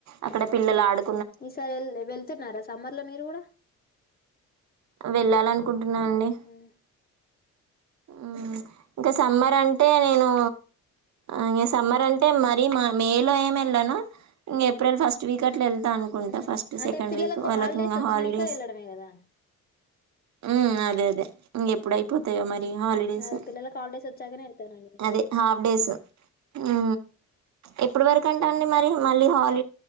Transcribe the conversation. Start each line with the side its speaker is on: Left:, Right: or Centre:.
Right: అక్కడ పిల్లలు ఆడు
Left: ఈసారి ఎల్ వెళ్తున్నారా సమ్మర్ లో మీరు కూడా
Right: వెళ్ళాలనుకుంటున్నానండి
Left: ఉహు
Right: ఉ ఇంకా సమ్మర్ అంటే నేను ఇగ సమ్మర్ అంటే మరీ మా మే లో ఏం ఏళ్ళను ఇంగా ఏప్రిల్ ఫస్ట్ వీక్ అట్లా ఎల్ తా అనుకుంటా
Left: ఉహు
Right: ఫస్ట్
Left: అంటే
Right: సెకండ్
Left: పిల్లలకు
Right: వీక్ వాళ్ళకి
Left: హాలిడేస్
Right: ఇంగ
Left: వచ్చినాక
Right: హాలిడేస్
Left: వెళ్ళడమే కదా
Right: ఉ అదే
Left: ఉమ్
Right: అదే ఇంగేప్పుడయిపో తే మరి హాలిడేస్
Left: అదే పిల్లలకు హాలీడేస్ వచ్చాకనే వెళ్తానండి నేను
Right: అదే హాఫ్ డేస్ ఉ ఎప్పటి వరకంటండి మరి మళ్ళీ హాల్